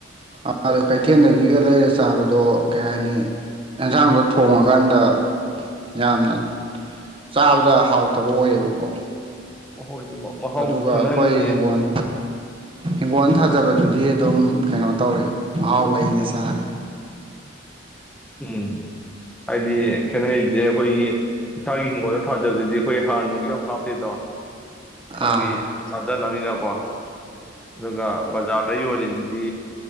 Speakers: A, on the right; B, in the centre.
A: <unintelligible> ꯀꯩꯊꯦꯜꯗꯒꯤꯒ ꯂꯩꯔꯒ ꯆꯥꯕꯗꯣ ꯀꯩ ꯍꯥꯏꯅꯤ ꯏꯪꯁꯥꯡꯗꯣ ꯊꯣꯡꯉ ꯀꯥꯟꯗ ꯌꯥꯝꯅ ꯆꯥꯕꯗ ꯍꯥꯎꯇꯕ ꯑꯣꯏꯌꯦꯕꯀꯣ
B: ꯍꯣꯏ ꯃꯍꯥꯎ
A: ꯑꯗꯨꯒ
B: ꯈꯦꯠꯅ
A: ꯑꯩꯈꯣꯏ
B: ꯅꯤꯌꯦ꯫
A: ꯍꯤꯡꯒꯣꯜ ꯍꯤꯡꯒꯣꯜ ꯊꯥꯖꯕꯗꯨꯗꯤ ꯑꯗꯨꯝ ꯀꯩꯅꯣꯇꯧꯔꯦ ꯃꯍꯥꯎ ꯂꯩꯅ ꯆꯥꯔꯦ꯫
B: ꯎꯝ ꯍꯥꯏꯗꯤ ꯈꯦꯠꯅꯔꯤꯁꯦ ꯑꯈꯣꯏꯒꯤ ꯏꯁꯥꯒꯤ ꯍꯤꯡꯒꯣꯜꯗ ꯊꯥꯖꯕꯗꯨꯗꯤ ꯑꯈꯣꯏ ꯍꯥꯔ ꯅꯨꯡꯁꯨ ꯌꯥꯝ ꯍꯥꯞꯇꯦꯗꯣ ꯏꯁꯥꯒꯤ
A: ꯑꯥ
B: ꯆꯥꯖꯅꯤꯅꯀꯣ ꯑꯗꯨꯒ
A: ꯎꯝ
B: ꯕꯖꯥꯔ ꯌꯣꯟꯂꯤꯁꯤꯗꯤ